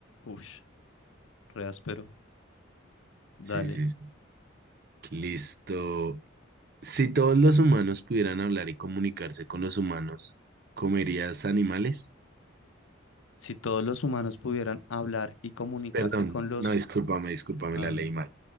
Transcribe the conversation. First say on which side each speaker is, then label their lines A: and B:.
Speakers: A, on the left (about 80°); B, on the right (about 50°).
A: Ush, re áspero. Dale.
B: Sí, sí, sí. Listo. Si todos los humanos pudieran hablar y comunicarse con los humanos, ¿comerías animales?
A: Si todos los humanos pudieran hablar y comunicarse
B: Perdón,
A: con los...
B: no, discúlpame, discúlpame,
A: Ah,
B: la leí
A: ya,
B: mal.